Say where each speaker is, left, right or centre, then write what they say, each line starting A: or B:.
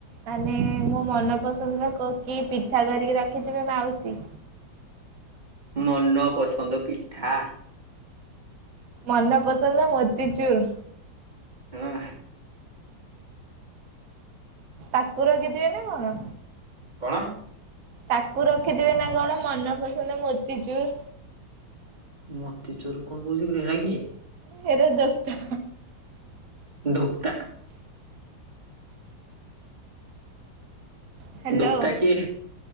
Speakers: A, on the right (about 50°); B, on the right (about 20°).
A: ମାନେ ମୋ ମନ ପସନ୍ଦ ର କିଏ ପିଠା କରିକି ରଖିଥିବେ ମାଉସୀ?
B: ମନପସନ୍ଦ ପିଠା।
A: ମନନ ପସନ୍ଦ ମୋତିଚୁର।
B: ହଁ।
A: ତାକୁ ରକିଥିବେ କି ନାଁ କଣ?
B: କଣ?
A: ତାକୁ ରଖିଥିବେ ନା କଣ ମନପସନ୍ଦ ମୋତିଚୁର
B: ମୋତିଚୁରୁ କଣ କହୁଛି ହେରା କିଏ?
A: ହେରେ ଦତା
B: ଧୁକ୍ତା।
A: ହ୍ୟାଲୋ
B: ଧୋକ୍ତା କିଏ?